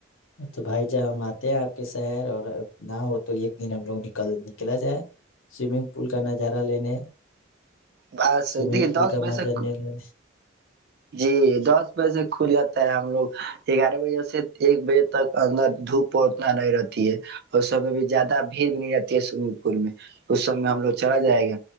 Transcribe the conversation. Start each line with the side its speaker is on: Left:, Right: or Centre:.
Left: تو بھائی جہ ہم آتے ہیں آپ کے شہر اور نہ ہو تو ایک دن ہم لوگ نکل نکلا جائے سوئمنگ پول کا نظارہ لینے
Right: بس
Left: سوئمنگ
Right: دیک
Left: پول
Right: دس
Left: کا
Right: بجے
Left: مزہ
Right: تک
Left: لینے
Right: جی دس بجے سے کھل جاتا ہے ہم لوگ گیارہ بجے سے ایک بجے تک اندر دھوپ پتنا نہیں رہتی ہے اس سمے بھی زیادہ بھیڑ بھی نہیں رہتی ہے سوئمنگ پل میں اس سمے ہم لوگ چلا جائے گا